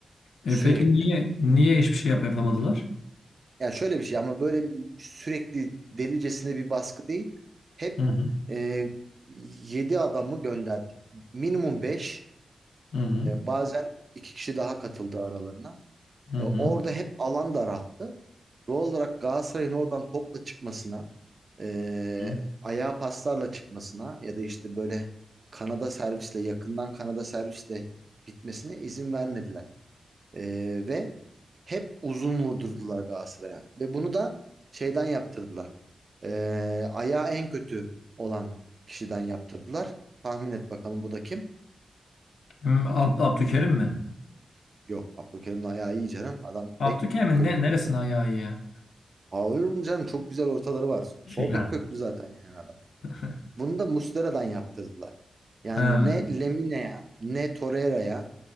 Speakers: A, on the left; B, on the right.
A: E
B: sürekli.
A: peki niye niye hiçbir şey yap yapamadılar?
B: Yani şöyle bir şey ama böyle sürekli delicesine bir baskı değil. Hep
A: Hı hı.
B: e, 7 adamı gönderdik. Minimum 5
A: Hı hı.
B: bazen 2 kişi daha katıldı aralarına.
A: Hı
B: E,
A: hı.
B: orada hep alan daralttı. Doğal olarak Galatasaray'ın oradan topla çıkmasına, eee
A: Hı.
B: ayağa paslarla çıkmasına ya da işte böyle kanada servisle yakından kanada servisle gitmesine izin vermediler. Eee, ve hep uzun vurdurdular Galatasaray'a. Ve bunu da şeyden yaptırdılar. Eee ayağı en kötü olan kişiden yaptırdılar. Tahmin et bakalım bu da kim?
A: Kim? Ab Abdülkerim mi?
B: Yok Abdülkerim'in ayağı iyi canım. Adam
A: Abdülkerim'in
B: bek köklü
A: ne neresine
B: zaten.
A: ayağı iyi ya?
B: Aa, olur mu canım? Çok güzel ortaları var.
A: <laughs>
B: Sol bek köklü zaten yani adam.
A: Ya.
B: Bunu da Muslera'dan yaptırdılar. Yani
A: Ha.
B: ne Lemine'ye, ne Torreira'ya,